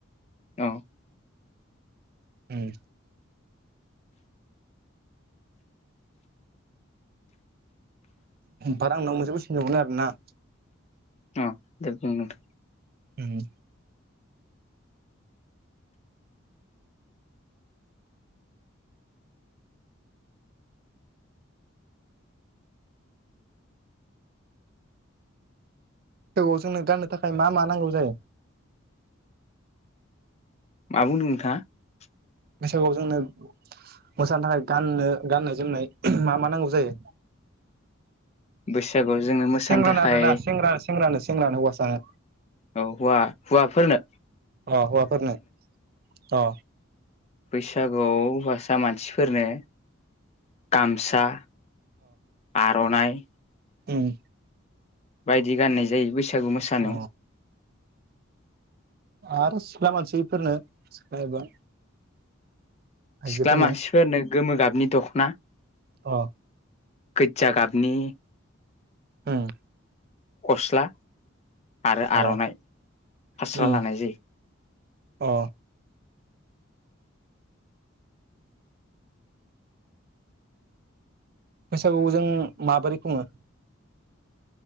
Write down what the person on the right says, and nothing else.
उम। बार आंनाव मोनसे कुइसन दंमोन आरो ना।
उम। औ जोंनो गाननो थाखाय मा मा नांगौ जायो?
बैसागुआव जोंनो मोसानो थाखाय गाननो गाननाय जोमनाय मा मा नांगौ जायो?
सेंग्रानो
आरो ना सेंग्रानो सेंग्रानो सेंग्रानो हौवासानो
अ हौवाफोरनो अ
उम।
अ आरो सिख्ला मानसिफोरनो सिख्ला एबा आइजोफोरनो
अ।
उम।
अ
उम
अ। बैसागु जों माबोरै खुङो?